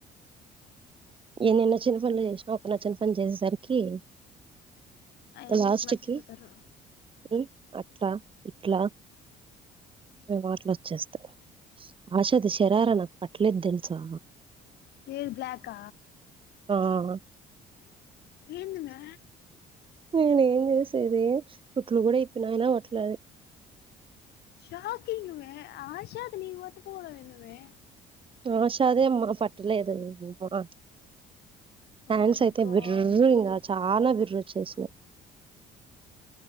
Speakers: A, on the right (about 30°); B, on the left (about 75°).
A: ఎన్ని నచ్చిన పనులు చేసినా, ఒక నచ్చిన పని చేసేసరికి
B: అవన్నీ
A: లాస్ట్
B: మర్చిపోతారు
A: కీ ఉ ఇలా ఇట్లా మే మాట్లొచ్చేస్తాయి ఆషాది శరారా నాకు పట్టలేదు తెలుసా.
B: ఇది బ్లాక్ క
A: ఆ
B: ఎందిమే
A: నేను ఏం చేసేది కుట్లు కూడా ఇప్పినా, అయిన అవట్లేదు.
B: షాకింగ్మే ఆషాద్ న మట్ పోడం ఎమే
A: ఆషదే అమ్మా పట్టలే ఎదు అమ్మా న్యాన్స్
B: మై
A: ఐతే
B: గాడ్
A: బిర్రు ఇంగ చాలా బిర్రు చేసిన